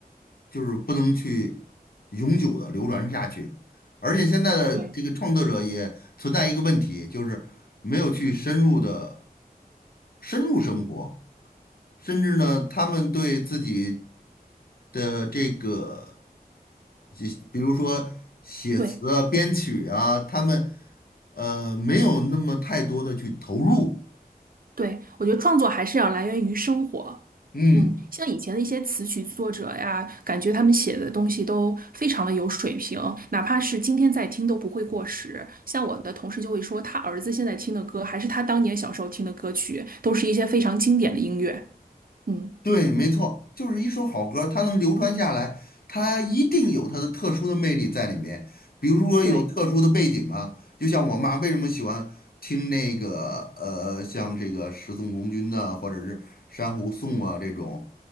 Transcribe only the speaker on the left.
就是不能去永久的流传下去。而且现在的这个创作者也存在一个问题，
就是没有去深入的深入生活，甚至呢，他们对自己的这个，就比如说写词啊、
编曲啊，他们呃没有那么太多的去投入，
嗯。
对，没错，就是一首好歌，它能流传下来，它一定有它的特殊的魅力在里面。比如说有特殊的背景啊，
就像我妈为什么喜欢听那个呃，像这个十送红军呐、或者是珊瑚颂啊这种，